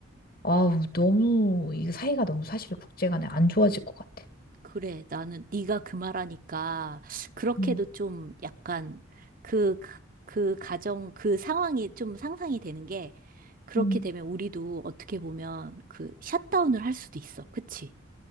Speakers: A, on the left (about 50°); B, on the right (about 45°).
A: 아우 너무 이 사이가 너무 사실 국제간에 안 좋아질 것 같아.
B: 그래. 나는 네가 그 말하니까 그렇게도
A: 음.
B: 좀 약간 그, 그, 그 가정, 그 상황이 좀 상상이 되는 게 그렇게
A: 음.
B: 되면 우리도 어떻게 보면 그 샷다운을 할 수도 있어. 그치?